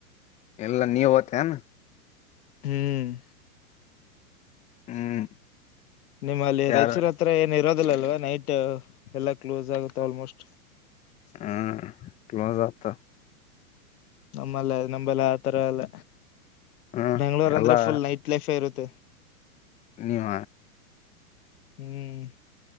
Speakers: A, on the left; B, on the left.
A: ಎಲ್ಲಾ ನೀವ ತ್ತನಾ
B: ಹ್ಮ್
A: ಹ್ಮ್
B: ನಿಮ್ಮಲ್ಲಿ
A: ಯಾರ
B: ರೈಚೂರ ಹತ್ರ ಏನಿರೋ ಅಲ್ವಾ ನೈಟ್ ಎಲ್ಲ ಕ್ಲೋಸ್ ಆಗುತ್ತೆ ಆಲ್ಮೋಸ್ಟ್
A: ಹ್ಮ್ ಕಲ ಜತ
B: ನಮ್ಮಲ್ಲ ನಂಬಲ್ಲ ಆ ತರ ಎಲ್ಲ
A: ಹ್ಮ್
B: ಬೆಂಗ್ಳೂರ್
A: ಎಲ್ಲಾ
B: ಅಂದ್ರೆ ಫುಲ್ ನೈಟ್ ಲೈಫೇ ಇರುತ್ತೆ
A: ನೀವ
B: ಹ್ಮ್